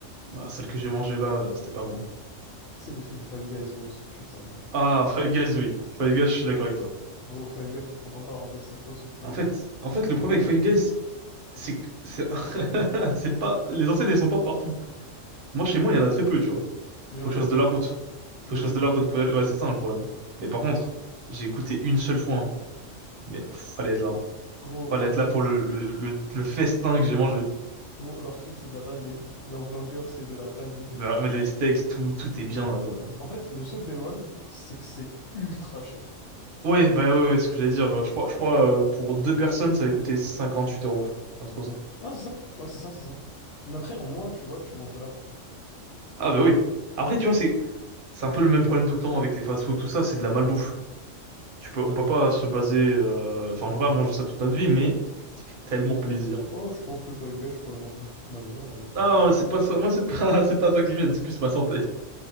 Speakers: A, on the right; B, on the left.
A: Ah, celle que j'ai mangée là, euh, c'était pas bon.
B: Tu sais, des frites du Five Guys, gros, aussi, putain de merde.
A: Ah, <laughs> Five Guys, oui. Five Guys, je suis d'accord
B: Oh.
A: avec toi.
B: Gros, Five Guys, faut qu'on en parle en vrai, c'est quoi ce poulet?
A: En fait, en fait, le problème avec Five Guys, c'est que c'est <laughs> c'est pas les enseignes, elles sont pas partout. Moi, chez moi, il y en a très peu, tu vois.
B: Il y
A: Faut
B: en a
A: que
B: pas
A: je fasse
B: du
A: de
B: tout
A: la route.
B: chez moi.
A: Faut
B: Il
A: que
B: y
A: je
B: en a
A: fasse
B: pas du
A: de
B: tout
A: la route
B: chez moi.
A: pour y aller. Ouais, c'est ça le problème. Mais par contre, j'ai goûté une seule fois, hein. Mais pff, fallait être là. hein.
B: Gros,
A: Fallait
B: leurs
A: être
B: frites,
A: là pour le le le, le festin que j'ai mangé.
B: gros, leurs frites, c'est de la dinguerie. Leur burger, c'est de la dinguerie.
A: Bah, Les steaks, tout tout est bien là-bas.
B: En fait, le seul bémol, c'est que c'est ultra cher.
A: Ouais, bah ouais, ouais, c'est ce que j'allais dire. Euh, Je crois, je crois euh, pour deux personnes, ça va coûter 58 euros. Un truc comme ça.
B: Ah, c'est ça? Ouais, c'est ça, c'est ça. Mais après, en moins, tu vois, tu manges de la frappe.
A: Ah bah oui. Après, tu vois, c'est c'est un peu le même problème tout le temps avec les fast-food, tout ça, c'est de la malbouffe. Tu peux, on peut pas se baser, euh, enfin, on peut pas manger ça toute notre vie, mais ça fait tellement plaisir.
B: Oh, je pense que Five Guys, je pourrais manger ça toute ma vie en réalité.
A: Ah,
B: ouais.
A: c'est pas ça. Moi, c'est pas, <laughs> c'est pas ça qui vient. C'est plus ma santé.